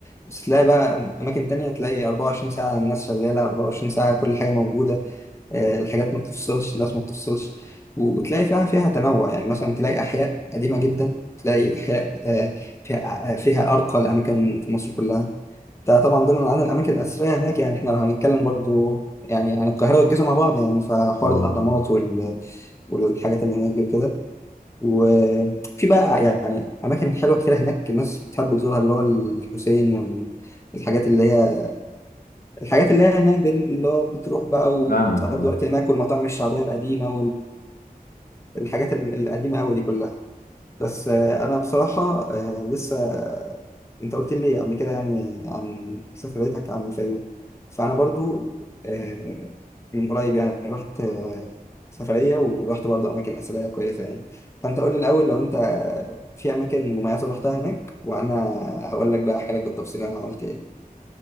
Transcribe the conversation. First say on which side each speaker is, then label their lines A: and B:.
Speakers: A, on the left (about 20°); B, on the left (about 70°).
A: بس تلاقي بقى أماكن تانية تلاقي 24 ساعة الناس شغالة 24 ساعة كل حاجة موجودة آه، الحاجات ما بتفصلش الناس ما بتفصلش و- وتلاقي فيها فيها تنوع يعني مثلا تلاقي أحياء قديمة جدا تلاقي أحياء آه، فيها آه، فيها أرقى الأماكن في مصر كلها ده طبعا ضمن عن الاماكن الاثريه هناك يعني احنا لو هنتكلم برضو يعني عن القاهره والجيزه مع بعض يعني فحوار
B: اه
A: الاهرامات وال... والحاجات اللي هناك دي وكده وفي بقى يعني اماكن حلوه كتير هناك الناس بتحب تزورها اللي هو الحسين والحاجات اللي هي الحاجات اللي هي هناك دي اللي هو بتروح بقى وتقضي
B: فاهمك اه
A: وقت هناك والمطاعم الشعبيه القديمه والحاجات القديمه قوي دي كلها بس آه، انا بصراحه آه، لسه انت قلت لي قبل كده يعني عن سفريتك عن الفيوم فانا برضو آه، من قريب يعني رحت آه، سفريه ورحت برضو اماكن اثريه كويسه يعني فانت قول لي الاول لو انت آه، في اماكن مميزه رحتها هناك وانا هقول لك بقى احكي لك بالتفصيل انا عملت